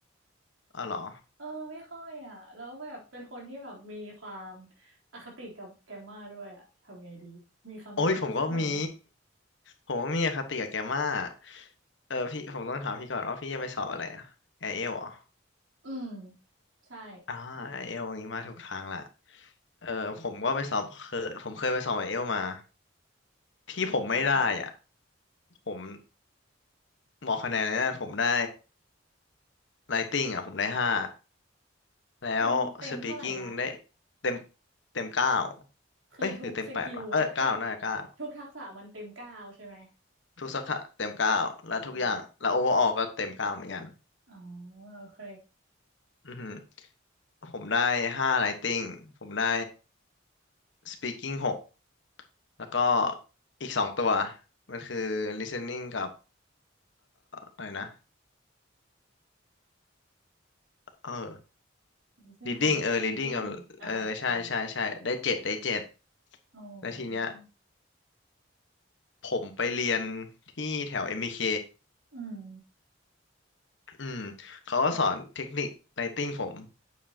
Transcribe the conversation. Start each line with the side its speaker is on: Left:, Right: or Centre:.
Left: อ๋อเหรอ
Right: เออไม่ค่อยอ่ะแล้วแบบเป็นคนที่แบบมีความอคติกับแกรมมาด้วยอ่ะทำไงดีมีคำแนะนำสักหน่อยไหม
Left: โอ้ยผมก็มีผมก็มีอคติกับแกมากเออพี่ผมต้องถามพี่ก่อนว่าพี่จะไปสอบอะไรอะไอเอลเหรอ
Right: อืมใช่
Left: อ่าไอเอลอย่างนี้มาถูกทางละเออผมก็ไปสอบเคยผมเคยไปสอบไอเอลมาที่ผมไม่ได้อ่ะ
Right: เป็นไงบ้าง
Left: ผมบอกคะแนนเลยนะผมได้ Writing อ่ะผมได้ห้าแล้ว
Right: เต็มเต็มเท่าไหร่นะ
Left: Speaking ได้เต็มเต็มเก้า
Right: คือทุกสกิลวะทุก
Left: เอ้ยหรือเต็มแปดวะเออเก้าน่าจะเก้า
Right: ทุกทักษะมันเต็มเก้าใช่ไหม
Left: ทุกสาขาเต็มเก้าและทุกอย่างและโอเวอร์ออก็เต็มเก้าเหมือนกัน
Right: อืมอ๋อ โอเค
Left: อือหือผมได้ห้า writing ผมได้ speaking หกแล้วก็อีกสองตัวมันคือ listening กับอะไรนะเออ
Right: listening
Left: reading
Right: กับ
Left: เออ
Right: reading
Left: reading กับเออใช่ใช่ใช่ได้เจ็ดได้เจ็ด
Right: อ่าเอออ๋อ
Left: แล้วทีเนี้ยผมไปเรียนที่แถว m เ k
Right: อืม
Left: อืมเขาก็สอนเทคนิคไลต t i n g ผม